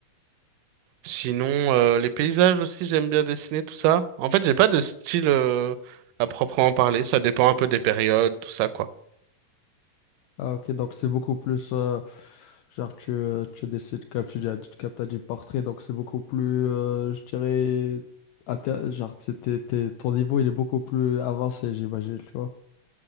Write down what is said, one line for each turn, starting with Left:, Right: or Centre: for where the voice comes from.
Right: Sinon, euh, les paysages aussi, j'aime bien dessiner tout ça. En fait, j'ai pas de style euh, à proprement parler. Ça dépend un peu des périodes, tout ça, quoi.
Left: Ah, ok. Donc, c'est beaucoup plus. euh, genre, tu, euh, tu décides, comme tu dis, comme t'as dit, portrait. Donc, c'est beaucoup plus, euh, je dirais. inté- Genre, c'est- t'es- t'es- ton niveau, il est beaucoup plus avancé, j'imagine, tu vois.